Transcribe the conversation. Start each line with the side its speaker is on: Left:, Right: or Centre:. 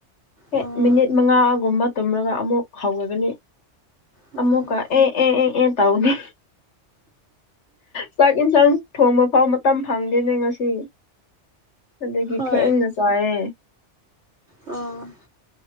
Left: ꯍꯦꯛ
Right: ꯑꯣ
Left: ꯃꯤꯅꯤꯠ ꯃꯉꯥꯒꯨꯝꯕ ꯇꯨꯝꯔꯒ ꯑꯃꯨꯛ ꯍꯧꯒꯅꯤ
Right: ꯎꯝ
Left: ꯑꯃꯨꯛꯀ ꯑꯦ ꯑꯦ ꯑꯦ ꯑꯦ ꯇꯥꯎꯅꯤ ꯆꯥꯛ ꯏꯟꯁꯥꯡ ꯊꯣꯡꯕꯐꯥꯎ ꯃꯇꯝ ꯐꯪꯗꯦꯅꯦ ꯉꯁꯤ ꯑꯗꯨꯒꯤ
Right: ꯍꯣꯏ
Left: ꯊꯦꯡꯅ ꯆꯥꯌꯦ
Right: ꯑꯣ